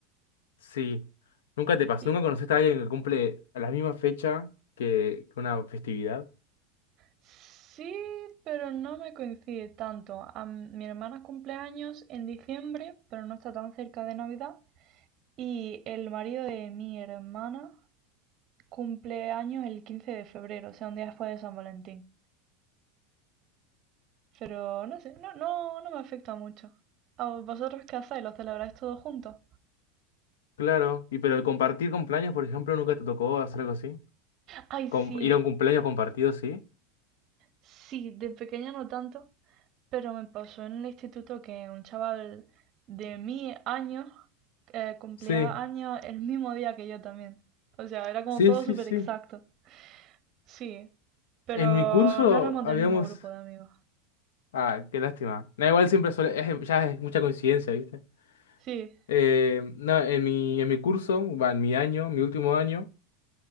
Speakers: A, on the left; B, on the right.
A: Sí. ¿Nunca te pasó?
B: Y-
A: ¿Nunca conociste a alguien que cumple a la misma fecha que que una festividad?
B: sí, pero no me coincide tanto. A m- mi hermana cumple años en diciembre, pero no está tan cerca de Navidad. Y el marido de mi hermana cumple años el 15 de febrero, o sea, un día después de San Valentín. Pero no sé, no, no, no me afecta mucho. ¿A vosotros qué hacéis? ¿Lo celebráis todos juntos?
A: Claro. ¿Y pero el compartir cumpleaños, por ejemplo, nunca te tocó hacer algo así?
B: Ay,
A: Com-
B: sí,
A: ¿Ir a un cumpleaños compartido, sí?
B: sí, de pequeña no tanto, Pero me pasó en el instituto que un chaval de mi año eh, cumplía
A: Sí,
B: años el mismo día que yo también. O sea, era como
A: sí,
B: todo
A: sí,
B: súper
A: sí.
B: exacto. Sí, pero
A: En mi curso
B: no éramos
A: habíamos...
B: del mismo grupo de amigos.
A: Ah, qué lástima. No, igual siempre suele... es- ya es mucha coincidencia, ¿viste?
B: Sí,
A: Eh, no, en mi, en mi curso, va, en mi año, mi último año.